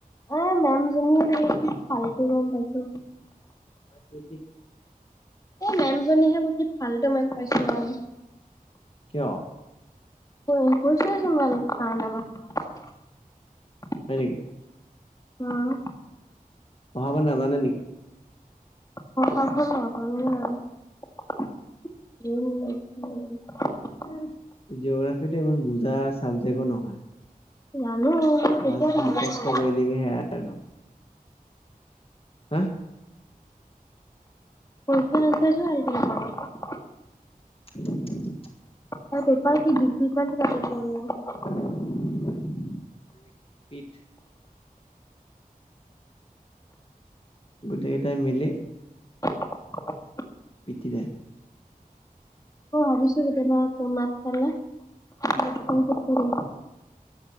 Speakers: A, on the left; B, on the left.
A: এ মেম জনীয়ে মানে কি ফাল্টু মেম পাইছোঁ।
B: <unintelligible>
A: এই মেম জনীহে বোলো কি ফাল্টুটো মেম পাইছো মেম।
B: কিয়?
A: <unintelligible>
B: হয় নেকি।
A: উম'।
B: পঢ়াব নাজানে নেকি?
A: পঢ়াব নাজানে <unintelligible>
B: এ জিঅ'গ্ৰাফি টো ইমান বুজা চাবজেক্টো নহয়।
A: জানো'- কেতিয়া
B: বচ
A: কুৱেশন
B: মুখস্থ কৰি দিবি সেয়াই আৰু। হা?
A: পইচা <unintelligible>
B: <inaudible>
A: আৰু পেপাৰ কি ডিফিকাল্ট কাটিছে <unintelligible>
B: <unintelligible> গোটেই কেইটাই মিলি-
A: <unintelligible>
B: পিতিলে।
A: মই ভাবিছো কিন্তু <unintelligible>